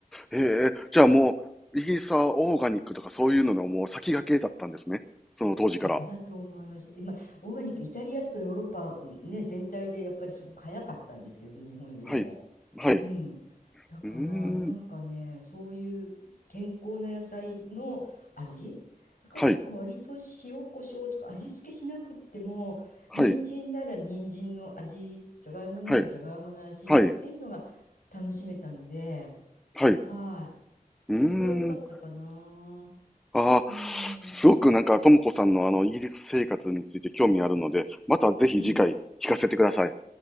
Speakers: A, in the centre; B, on the left.
A: へえ。じゃあもう、イーサーオーガニックとかそういうののもう先駆けだったんですね。その当時から。
B: そうだと思います。今オーガニックイタリアとかヨーロッパ、うんね、全体でやっぱりすごく早かったんですけれど日本よりも。
A: はい。はい。
B: うん。だからなんかね、
A: うーん。
B: そういう健康な野菜の味だからなんか割と塩コショウとか味付けしなくっても、
A: はい。はい。
B: 人参なら人参の味、じゃがいもならじゃがいもの味っていうのが楽しめたので、
A: はい。はい。はい。
B: はい。それは良かったかな。
A: うーん。ああ、
B: うん。
A: すごくなんか、ともこさんのあの、イギリス生活について興味あるので、またぜひ次回聞かせてください。
B: うん。